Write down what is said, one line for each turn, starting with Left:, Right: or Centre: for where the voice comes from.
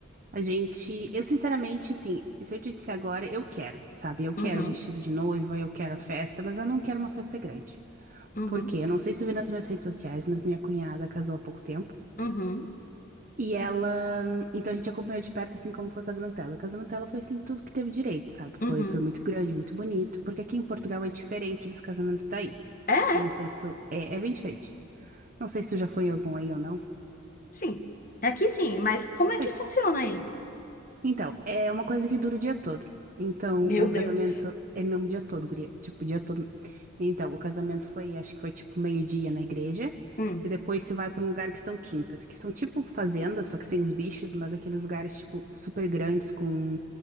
Right: a gente, eu sinceramente, assim, se eu te disser agora, eu quero, sabe? Eu quero
Left: Uhum,
Right: o vestido de noiva, eu quero a festa, mas eu não quero uma festa grande.
Left: uhum,
Right: Por quê? Eu não sei se tu viu nas minhas redes sociais, mas minha cunhada casou há pouco tempo.
Left: uhum,
Right: E ela, então a gente acompanhou de perto, assim, como foi o casamento dela. O casamento dela foi, assim, tudo que teve direito, sabe? Foi,
Left: uhum.
Right: foi muito grande, muito bonito, porque aqui em Portugal é diferente dos casamentos daí.
Left: É, é,
Right: Eu não sei se tu, é, é bem diferente. Não sei se tu já foi em algum aí ou não.
Left: sim. Aqui sim, mas como é
Right: Pois
Left: que funciona aí?
Right: Então, é uma coisa que dura o dia todo. Então,
Left: Meu
Right: o casamento
Left: Deus.
Right: é mesmo o dia todo, guria. Tipo, o dia todo. Então, o casamento foi, acho que foi tipo meio-dia na igreja.
Left: Hum,
Right: E depois você vai pra um lugar que são quintas, que são tipo fazendas, só que sem os bichos, mas aqueles lugares, tipo, super grandes com